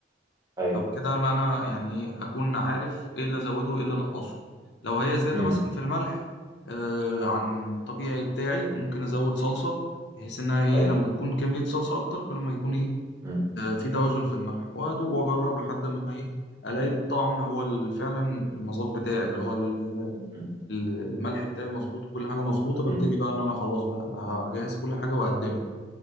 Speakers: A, on the right (about 20°); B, on the left (about 65°).
A: ايوه
B: فبكده انا أنا يعني ايه اكون عارف ايه اللي ازوده وايه اللي انقصه لو هي زياده
A: مم.
B: مثلا في الملح آه عن الطبيعي بتاعي ممكن ازود صلصه بحيث انها ايه
A: ايوه
B: لما تكون كميه صلصه اكتر كل ما يكون ايه
A: مم.
B: آه، في توازن في الملح وادوق واجرب لحد ما ايه الاقي
A: مم.
B: الطعم هو ال- فعلا المذاق بتاعي اللي هو ال-
A: مم.
B: ال- الملح بتاعي مظبوط وكل حاجه مظبوطه ببتدي
A: مم.
B: بقى ان انا خلاص بقى اجهز كل حاجه واقدمها